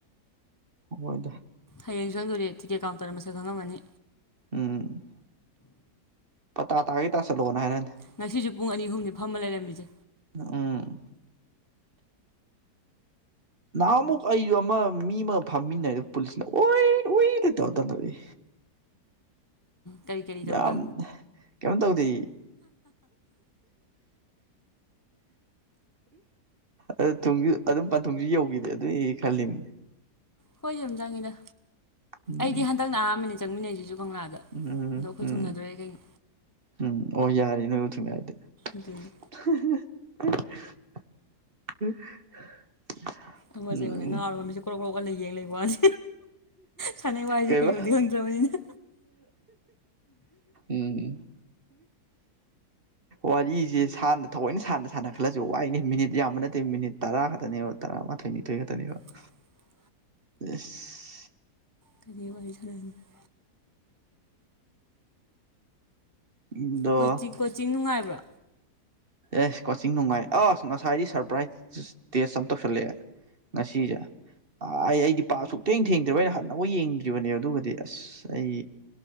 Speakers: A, on the right (about 35°); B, on the left (about 20°).
A: ꯃꫭꯏꯗ
B: ꯍꯌꯦꯡ ꯆꯪꯗꯨꯔꯤ ꯇꯤꯀꯦꯠ ꯀꯥꯎꯟꯇꯔꯅ ꯃꯁꯥꯛ ꯈꯪꯂꯝꯃꯅꯤ
A: ꯎꯝ꯫ ꯄꯇꯥ ꯇꯥꯒꯦ ꯇꯥꯁꯤꯟꯂꯥꯛꯑꫭꯅ ꯍꯥꯏꯔꯛ ꯑꯅꯤ
B: ꯉꯁꯤꯁꯨ ꯄꯨꯡ ꯑꯅꯤ ꯑꯍꯨꯝꯅꯤ ꯐꯝꯃ ꯂꯩꯔꯝꯃꯤꯁꯦ
A: ꯅꯎꯝ ꯅꯍꯥꯟꯃꯨꯛ ꯑꯩꯁꯨ ꯑꯃ ꯃꯤ ꯑꯃ ꯐꯝꯃꯤꯟꯅꯩ ꯄꯨꯂꯤꯁꯅ ꯎꯏ ꯎꯏ ꯇꯧꯔ ꯇꯥꯟꯊꫭꯔꯛꯏ
B: ꯀꯔꯤ ꯀꯔꯤ ꯇꯧꯕ
A: ꯌꯥꯝ ꯀꯩꯅꯣ ꯇꯧꯗꯦ ꯑꯗꯨ ꯊꯨꯡꯁꯨ ꯑꯗꯨꯝ ꯄꯥꯟ ꯊꯨꯡꯁꯨ ꯌꯧꯈꯤꯗꯦ ꯑꯗꯨꯏ ꯈꯜꯂꯤꯕꯅꯦ
B: ꯈꫭꯏꯁꯨ ꯑꯗꯨꯝ ꯆꯪꯉꯤꯗ
A: ꯎꯝ
B: ꯑꯩꯗꯤ ꯍꯟꯗꯛꯅ ꯑꯍꯥꯟꯕꯅꯦ ꯆꯪꯃꯤꯟꯅꯩꯁꯤꯁꯨ ꯀꯪꯂꯥꯗ
A: ꯎꯝ
B: ꯑꯗꯣ ꯑꯩꯈꫭꯏ
A: ꯎꯝ
B: ꯊꯨꯡꯅꯗꯣꯔꯦ ꯀꯩꯅꯣ
A: ꯎꯝ ꯑꯣ ꯌꯥꯔ ꯅꯣꯏꯕꯨ ꯊꯨꯡꯅꯔꯗꯤ
B: ꯑꯗꯨꯅꯤ
A: <unintelligible>
B: ꯑꯃꯁꯦ
A: ꯎꯝ
B: ꯑꯩꯉꯣꯟꯗ ꯉꯥꯎꯔꯕ ꯃꯤꯠꯁꯦ ꯀ꯭ꯔꯣꯛ ꯀ꯭ꯔꯣꯛ ꯑꫭꯜꯂꯒ ꯌꯦꯡ ꯂꯩꯕ ꯋꯥꯅꯤ ꯁꯥꯟꯅꯩ ꯋꯥꯏꯁꯦ
A: ꯀꯩꯕ
B: ꯀꯩꯅꯣꯗꯤ ꯈꯪ ꯗꯕꯅꯤꯅꯥ
A: ꯎꯝ ꯋꯥꯔꯤꯁꯦ ꯁꯥꯟꯅ ꯊꯑꯣꯏꯅ ꯁꯥꯟꯅ ꯁꯥꯟꯅ ꯈꯜꯂꯁꯨ ꯋꯥꯏꯅꯦ ꯃꯤꯅꯤꯠ ꯌꯥꯝꯕ ꯅꯠꯇꯦ ꯃꯤꯅꯤꯠ ꯇꯔꯥ ꯈꯛꯇꯅꯦꯕ ꯇꯔꯥ ꯃꯥꯊꯣꯏ ꯅꯤꯊꯣꯏ ꯈꯠꯇꯅꯦꯕ
B: <inaudible>
A: ꯏꯁ
B: ꯀꯔꯤ ꯋꯥꯔꯤ ꯁꯅꯥ <unintelligible>
A: ꯑꯗꯣ
B: ꯀꯣꯆ ꯀꯣꯆꯤꯡ ꯅꯨꯡꯉꯥꯏꯕ꯭ꯔꯣ
A: ꯑꯦꯁ ꯀꯣꯆꯤꯡ ꯅꯨꯡꯉꯥꯏ ꯑꯁ ꯉꯁꯥꯏꯗꯤ ꯁꯔꯄ꯭ꯔꯥꯏꯖ ꯇꯦꯁ ꯑꯃ ꯇꯧꯁꯜꯂꯛꯑꯦ ꯉꯁꯤꯁꯦ ꯑ ꯑꯩ ꯑꯩꯗꯤ ꯄꯥ ꯁꯛꯇꯦꯡ ꯊꯦꯡꯗ꯭ꯔꯤꯕ ꯑꯩꯅ ꯍꯟꯅꯧ ꯌꯦꯡꯗ꯭ꯔꯤꯕꯅꯦ ꯑꯗꯨꯒꯗꯤ ꯑꯁ ꯑꯩ